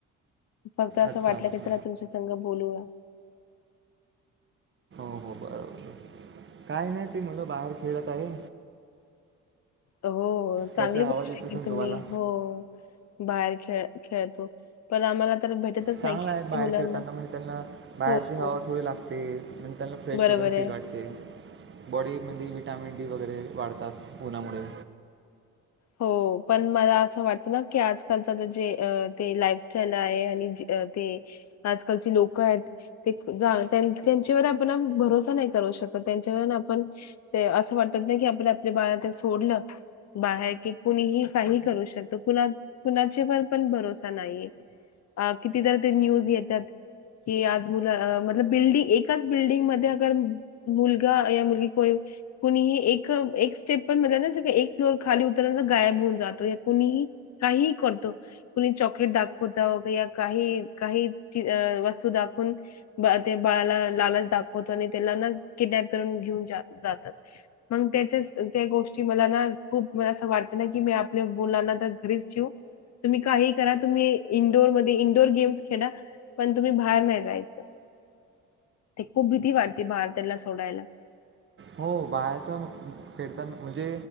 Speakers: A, on the left; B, on the right.
A: फक्त असं
B: अच्छा
A: वाटलं
B: अच्छा
A: की चला तुमचा संघ बोलूया
B: हो हो बरो बर काय नाही ते मुलं बाहेर खेळत आहे
A: हो चांगली
B: त्याचा
A: करू
B: आवाज येत
A: शकली
B: असेल
A: तुम्ही
B: तुम्हाला
A: हो बाहेर खेळ खेळतो पण आम्हाला तर भेटतच
B: चांगला
A: नाही खेळची
B: आहे बाहेर
A: मुलांना
B: खेळताना म्हणजे त्यांना बाहेरची
A: हो
B: हवा
A: हो
B: थोडी लागते म्हणजे त्यांना फ्रेश
A: बरोबर
B: वगैरे
A: आहे
B: फील वाटते. बॉडी विटॅमिन डी वगैरे वाढतात उनामुळे
A: हो पण मला असं वाटलं की आजकालच जे अ ते लाईफ स्टाईल आहे आणि जे ते आजकालची लोक आहेत ते जा त्यांच्यावर आपण भरोसा नाही करू शकत त्यांच्यावर आपण ते असं वाटत ना की आपण आपले बाळा ते सोडलं बाहेर कि कुणीही काहीही करू शकत कुणा कुणाच्यावर पण भरोसा नाहीये अ किती तर ते न्यूज येत्यात की आज मुल अ मतलब बिल्डिंग एकाच बिल्डिंग मध्ये अगर मुलगा या मुलगी कोई कुणीही एक एक स्टेप पण म्हणजे असं की एक फ्लोर खाली उतर तर हे ना गायब होऊन जातो कुणीही काहीही करतो कुणी चॉकलेट दाखवत या काही काही चीज वस्तू दाखवून ते बाळाला लालच दाखवतो आणि त्याला ना किडनॅप करून घेऊन जात जातात मग त्याच्या त्या गोष्टी मला ना खूप मला असं वाटत ना की मी आपल्या मुलांना तर घरीच ठेवू तुम्ही काही करा तुम्ही इंडोर मध्ये इंडोअर गेम्स खेडा पण तुम्ही बाहेर नाही जायच ते खूप भीती वाटते बाहेर त्याला सोडायला.
B: हो बाहेरच्या मु खेडताना म्हणजे